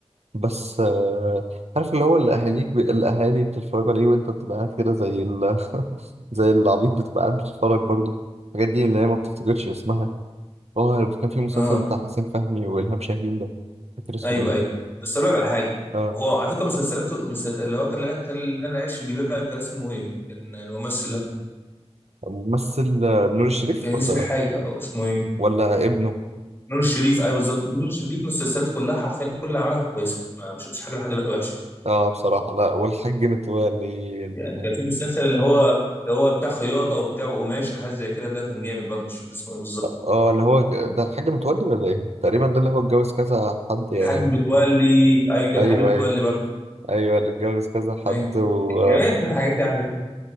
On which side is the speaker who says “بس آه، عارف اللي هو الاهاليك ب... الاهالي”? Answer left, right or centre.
Right